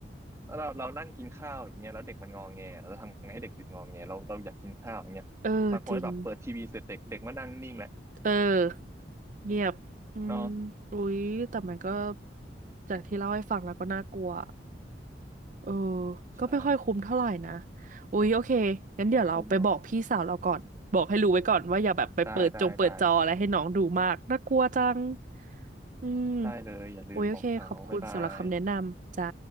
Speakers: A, on the right (about 15°); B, on the right (about 45°).
A: เราเรานั่งกินข้าวอย่างเงี้ยแล้วเด็กมันงอแงเราทำไงให้เด็กหยุดงอแงเราเราอยากกินข้าวอย่างเงี้ยบางคนแบบเปิดทีวีเสร็จเด็กเด็กมานั่งนิ่งแหละ
B: เออ จริง เออเงียบอืม
A: <laughs> เนาะ
B: อุ๊ยแต่มันก็จากที่เล่าให้ฟังแล้วก็น่ากลัวเออ
A: ใช่
B: ก็ไม่ค่อยคุ้มเท่าไหร่นะอุ๊ยโอเคงั้นเดี๋ยวเราไปบอกพี่สาวเราก่อนบอกให้รู้ไว้ก่อนว่าอย่าแบบไปเปิดจงเปิดจออะไรให้น้องดูมากน่ากลัวจัง
A: ไม่คุ้มเนาะได้ได้ได้
B: อืม
A: ได้เลยอย่าลืมบอกเขาบ๊ายบาย
B: อุ๊ยโอเคขอบคุณสำหรับคำแนะนำจ้า